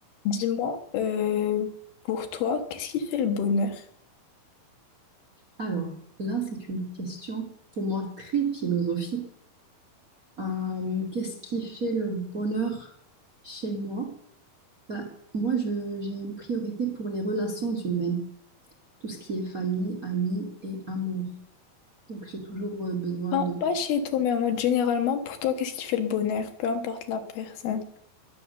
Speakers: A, on the left; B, on the right.
A: Dis-moi, euh, pour toi, qu'est-ce qui fait le bonheur?
B: Alors, là, c'est une question pour moi très philosophique. Euh, qu'est-ce qui fait le bonheur chez moi? Ben, moi, je- j'ai une priorité pour les relations humaines, tout ce qui est famille, amis et amour. Donc, j'ai toujours euh, besoin
A: Enfin,
B: de tout
A: pas chez toi, mais en mode généralement, pour toi, qu'est-ce qui fait le bonheur? Peu importe la personne.